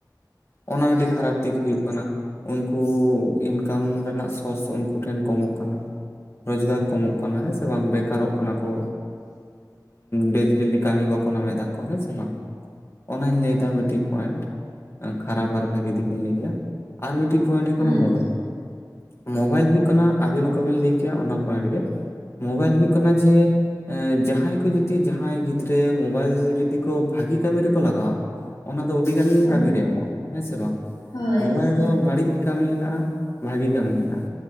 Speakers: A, on the left; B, on the left.
A: ᱚᱱᱟ ᱢᱤᱫᱴᱮᱱ ᱠᱷᱟᱨᱟᱯ ᱫᱤᱠ ᱦᱩᱭᱩᱜ ᱠᱟᱱᱟ ᱩᱱᱠᱩ ᱤᱱᱠᱟᱢ ᱨᱮᱱᱟᱜ ᱥᱳᱨᱥ ᱩᱱᱠᱩ ᱴᱷᱮᱱ ᱠᱚᱢᱚᱜ ᱠᱟᱱᱟ ᱨᱳᱡᱽᱜᱟᱨ ᱠᱚᱢᱚᱜ ᱠᱟᱱᱟ ᱦᱮᱸ ᱥᱮ ᱵᱟᱝ ᱵᱮᱠᱟᱨᱚᱜ ᱠᱟᱱᱟ ᱠᱚ ᱰᱮᱞᱤ ᱰᱮᱞᱤ ᱠᱟᱹᱢᱤ ᱵᱟᱠᱚ ᱱᱟᱢᱮᱫ ᱫᱟ ᱠᱚ ᱦᱮᱸ ᱥᱮ ᱵᱟᱝ ᱚᱱᱟᱧ ᱞᱟᱹᱭᱮᱫᱟ ᱢᱤᱫᱴᱤᱡ ᱯᱚᱭᱮᱱᱴ ᱠᱷᱟᱨᱟᱯ ᱟᱨ ᱵᱷᱟᱜᱤ ᱫᱤᱠᱤᱧ ᱞᱟᱹᱭ ᱠᱮᱭᱟ ᱟᱨ ᱢᱤᱫᱴᱤ ᱯᱚᱭᱮᱱᱴ ᱦᱩᱭᱩᱜ
B: ᱦᱮᱸ
A: ᱠᱟᱱᱟ ᱢᱳᱵᱟᱭᱤᱞ ᱢᱳᱵᱟᱭᱤᱞ ᱦᱩᱭᱩᱜ ᱠᱟᱱᱟ ᱟᱹᱵᱤᱱ ᱚᱠᱟ ᱵᱤᱱ ᱞᱟᱹᱭ ᱠᱮᱭᱟ ᱚᱱᱟ ᱯᱚᱭᱮᱱᱴ ᱜᱮ ᱢᱳᱵᱟᱭᱤᱞ ᱦᱩᱭᱩᱜ ᱠᱟᱱᱟ ᱡᱮ ᱡᱟᱦᱟᱸᱭ ᱠᱚ ᱡᱩᱫᱤ ᱡᱟᱦᱟᱸᱭ ᱜᱤᱫᱽᱨᱟᱹ ᱢᱳᱵᱟᱭᱤᱞ ᱡᱩᱫᱤ ᱠᱚ ᱵᱷᱟᱹᱜᱤ ᱠᱟᱹᱢᱤ ᱨᱮᱠᱚ ᱞᱟᱜᱟᱣᱟ ᱚᱱᱟ ᱫᱚ ᱚᱹᱰᱤ ᱜᱟᱱ
B: ᱦᱮᱸ
A: ᱠᱟᱹᱢᱤ ᱨᱮ ᱮᱢᱚᱜᱼᱟ, ᱦᱮᱸ ᱥᱮ ᱵᱟᱝ?
B: ᱦᱳᱭ
A: ᱢᱳᱵᱟᱭᱤᱞ
B: ᱦᱮᱸ
A: ᱨᱮᱦᱚᱸ ᱵᱟᱹᱲᱤᱡᱽ ᱠᱟᱹᱢᱤ ᱦᱮᱱᱟᱜᱼᱟ ᱵᱷᱟᱜᱤ ᱠᱟᱹᱢᱤ ᱦᱮᱱᱟᱜᱼᱟ